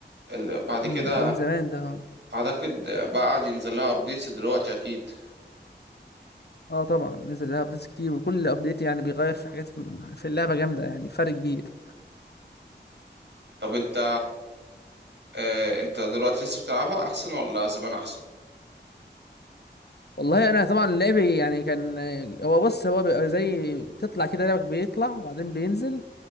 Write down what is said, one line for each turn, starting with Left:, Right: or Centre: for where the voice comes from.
Right: ال- بعد
Left: امم
Right: كده
Left: ده من زمان ده اه
Right: اعتقد بقى قاعد ينزل لها ابديتس دلوقتي اكيد
Left: آه طبعا نزل لها ابديتس كتير وكل ابديت يعني بيغير في حاجات في اللعبه جامده يعني فرق كبير
Right: طب انت آه، انت دلوقتي لسه بتلعبها احسن ولا زمان احسن
Left: والله انا طبعا لعبي يعني كان هو بص هو بيبقى زي بتطلع كده لعبك بيطلع وبعدين بينزل